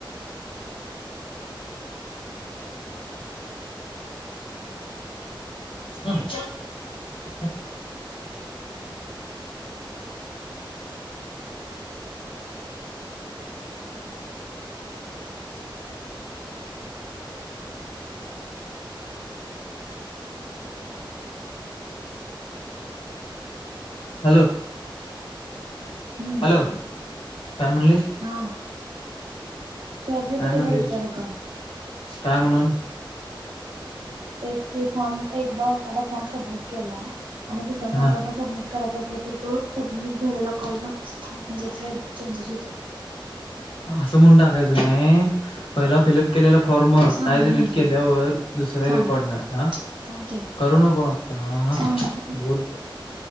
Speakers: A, on the left; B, on the right.
A: हम् <inaudible> हॅलो
B: हम्म
A: हॅलो <inaudible> काय म्हणलीस
B: हा चॅट जीपीटीला
A: काय म्हणली
B: विचारू का
A: काय म्हणून
B: तेच कि फॉर्म एकदा एखादा फॉर्म सबमिट केलाय आणि दुसऱ्या नंबरं
A: हा
B: सबमिट करायच अस तर तो सबमिट झालेला कॉल चेजस होतात
A: असं म्हणून टाकायचं नाही पहिला फिलप केलेल. फॉर्म
B: सांग
A: आज एडिट
B: म्हणतो
A: केल्यावर दुसऱ्या
B: थांब
A: रेकॉर्ड न ह
B: थांब की
A: करू नको आता
B: सांग
A: बोल!